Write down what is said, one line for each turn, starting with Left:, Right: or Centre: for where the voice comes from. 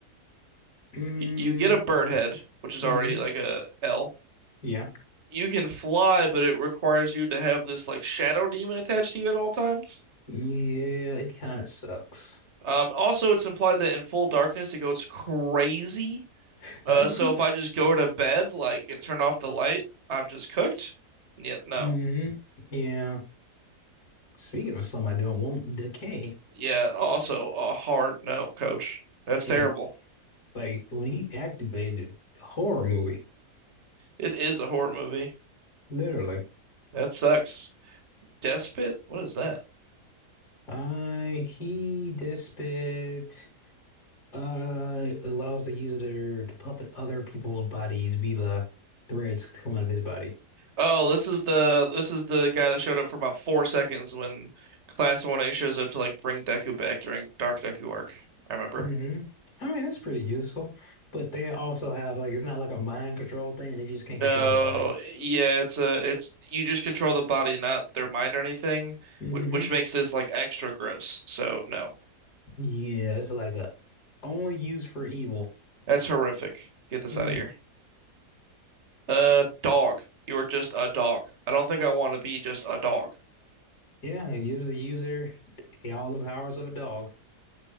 Left: <laughs>
Right: Y- You get a bird head, which is
Left: Mm-hmm.
Right: already like a L.
Left: Yeah.
Right: You can fly, but it requires you to have this like shadow demon attached to you at all times.
Left: Yeah. It kind of sucks.
Right: Um, also, it's implied that in full darkness it goes crazy.
Left: <laughs>
Right: Uh, so if I just go to bed like and turn off the light, I'm just cooked. Yeah, no.
Left: hmm Yeah. Speaking of some I don't want, Decay.
Right: Yeah, also a hard no, coach. That's
Left: And
Right: terrible.
Left: like when he activated horror movie,
Right: It is a horror movie.
Left: literally.
Right: That sucks. Despot? What is that?
Left: I he despot uh allows the user to puppet other people's bodies via threads coming out of his body.
Right: Oh, this is the this is the guy that showed up for about four seconds when Class 1A shows up to like bring Deku back during Dark Deku arc. I remember.
Left: hmm I mean that's pretty useful. But they also have like it's not like a mind control thing, they just can't
Right: No,
Left: control their body.
Right: yeah, it's a it's you just control the body, not their mind or anything,
Left: hmm
Right: wh- which makes this like extra gross. So no,
Left: Yeah, it's like a only used for evil.
Right: that's horrific. Get this
Left: Hmm.
Right: out of here. Uh, dog, you are just a dog. I don't think I want to be just a dog.
Left: Yeah, it gives the user all the powers of a dog.